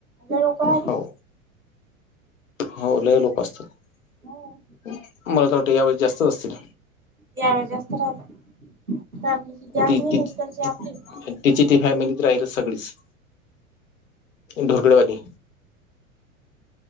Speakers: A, on the right (about 80°); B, on the left (about 65°).
A: जर लोक राहि.
B: हो हो ले हे लोक असतात
A: हो
B: मला तर वाटत या वेळे जास्तच असतील.
A: यावे जास्त राहत कारची जाग
B: ती
A: आहे ना
B: ती
A: इकडची आपली.
B: तिची ती फॅमिलीत राहिल सगळीच ढोरगडवाली.